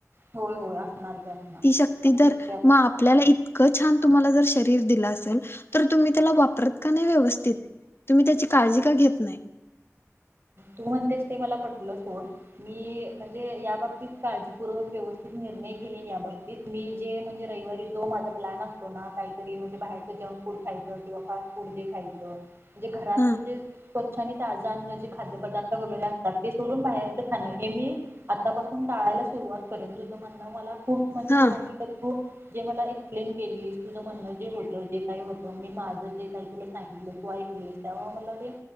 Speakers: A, on the right; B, on the left.
A: होय होय असणार की असणार
B: ती शक्ती जर मग आपल्याला इतकं छान तुम्हाला जर <inaudible> दिल असेल तर तुम्ही त्याला वापरत का नाही व्यवस्थित तुम्ही त्याची काळजी का घेत नाही.
A: तू म्हणतेस ते मला पटलं सोड मी म्हणजे या बाबतीत काळजीपूर्वक व्यवस्थित निर्णय घेईन या बाबतीत मी जे म्हणजे रविवारी जो माझा प्लॅन असतो ना काहीतरी म्हणजे बाहेरच जंक फूड खायचं किंवा फास्ट फूड जे खायचं म्हणे घरातलं
B: हा
A: जे स्वच्छ आणि ताजं अन्न जे खाद्य पदार्थ वगैरे असतात ते सोडून बाहेरच खाण हे मी आतापासून टाळायला सुरुवात करेन, तुझं म्हणणं मला खूप म्हणजे
B: हा
A: छान ख <unintelligible> जे मला एक प्लेन केली. तुझं म्हणणं जे होतं जे काही होतं मी माझं जे काही तुला सांगितलं तू ऐकले तेव्हा मला ते